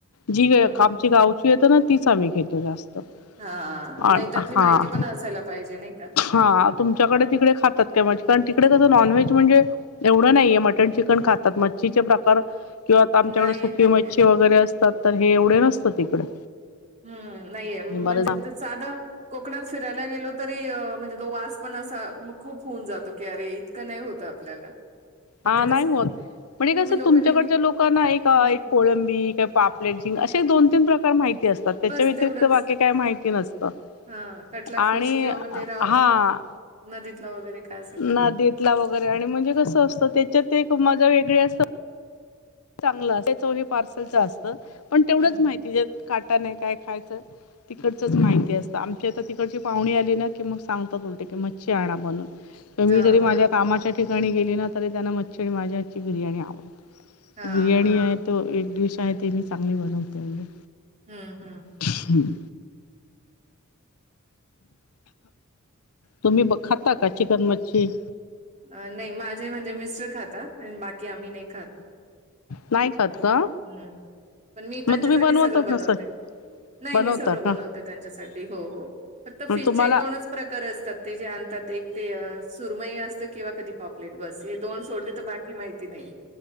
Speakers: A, on the left (about 85°); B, on the right (about 30°).
A: जी वेळखाबची
B: हं, हं.
A: गावची येतं ना तीच आम्ही घेतो जास्त-
B: हा
A: आ
B: नाही त्यातली
A: हा
B: माहिती पण असायला पाहिजे नाही का-
A: हा तुमच्याकडे तिकडे खातात का कारण तिकडे कसं नॉनव्हेज म्हणजे- एवढं नाहीये मटन चिकन खातात मच्छीचे प्रकार- तर किंवा आता आमच्याकडे
B: नाही,
A: सुकी
B: नाहीये.
A: मच्छी वगैरे असतात तर हे एवढे नसतं तिकडे-
B: हम्म नाहीये म्हणजे
A: मी बरच
B: ते साधं- कोकणात फिरायला गेलो तरी अं म्हणजे तो वास पण असा खूप होऊन जातो की अरे- क नाही होत आपल्याला- मग
A: हा
B: ते
A: नाही
B: तसं
A: होत म्हणजे
B: तुम्ही
A: कसं
B: लोक
A: तुमच्याकडच्या
B: नेहमी
A: लोकांना एक ना
B: हम्म
A: एक- कोळंबी कि पापलेट झिंंग असे दोन तीन प्रकार माहिती- माहिती असतात त्याच्या
B: बस
A: व्यतरिक्त
B: तेवढंच
A: बाकी काय माहिती नसतं-
B: हा कटला
A: आणि
B: फिश किंवा मग ते राव
A: हा
B: नदीतला वगैरे काय असेल-
A: नदीतला वगैरे म्हणजे कस असत त्याच्यात एक मजा वेगळी असत- चांगलं अस चो हे पार्सलच असतं पण तेवढंच
B: हम्म
A: माहिती जे काटा नाही काय खायचं- तिकडचंच माहिती असतं आमची आता तिकडची पाहुणी आली ना की मग सांगतात उलटे की मच्छी आणा बनून- तर मी
B: हा
A: जरी
B: हा
A: माझ्या कामाच्या ठिकाणी गेली ना तरी त्यांना मच्छी आणि माझ्या हातची बिर्याणी आवडते-
B: हा
A: बिर्याणी
B: हा
A: आहे तो एक डिश आहे ते मी चांगली बनवते म्हणजे-
B: हम्म हम्....
A: हम्म.... तुम्ही ब खाता का चिकन मच्छी-
B: नाही माझे म्हणजे मिस्टर खाता आणि बाकी आम्ही नाही खात-
A: नाही खात का
B: हम् पण मी त्यांच्यासाठी
A: मग तुम्ही बनवतच
B: सगळं बनवते-
A: नसल
B: नाही
A: बनवता
B: मी सगळं बनवते
A: का
B: त्यांच्यासाठी हो हो फक्त
A: मग
B: फिशचे
A: तुम्हाला
B: एक दोनच- प्रकार असतात ते जे आणतात एक ते सुरमयी असते किंवा कधी पॉपलेट बस हे दोन सोडले तर बाकी माहिती नाही